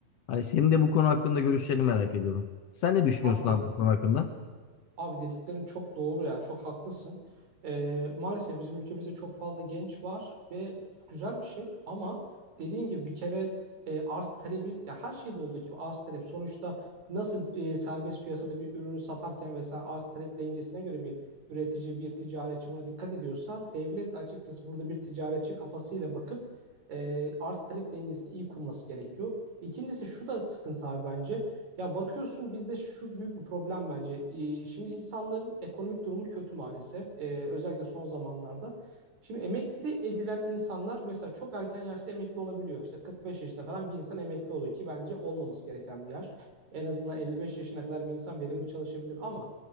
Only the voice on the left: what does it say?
Hani senin de bu konu hakkında görüşlerini merak ediyorum. Sen ne düşünüyorsun
abi bu konu hakkında?